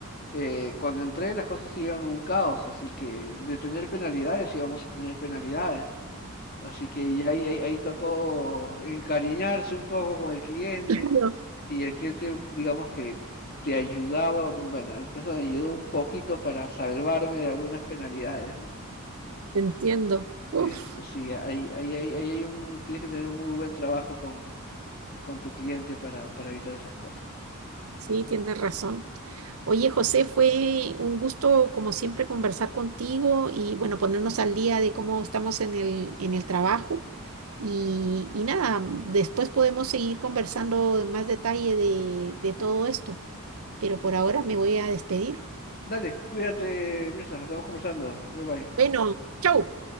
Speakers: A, on the left (about 45°); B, on the right (about 75°).
A: eh, cuando entré las cosas iban a un caos, así que de tener penalidades íbamos a tener penalidades. Así que ya ahí, ahí ahí tocó encariñarse un poco con el cliente
B: claro,
A: y el cliente, digamos que te ayudaba, bueno, en el caso me ayudó un poquito para salvarme de algunas penalidades, ¿no?
B: te entiendo. Uf,
A: Este, sí, ahí, ahí, hay- ahí hay un, tienes que tener un muy buen trabajo con, con tu cliente para, para evitar esas cosas.
B: sí, tienes razón. Oye, José, fue un gusto, como siempre, conversar contigo y, bueno, ponernos al día de cómo estamos en el, en el trabajo. Y, y nada, después podemos seguir conversando en más detalle de, de todo esto, pero por ahora me voy a despedir.
A: Dale, cuídate, Mirza, estamos conversando. Bye bye.
B: Bueno, chau.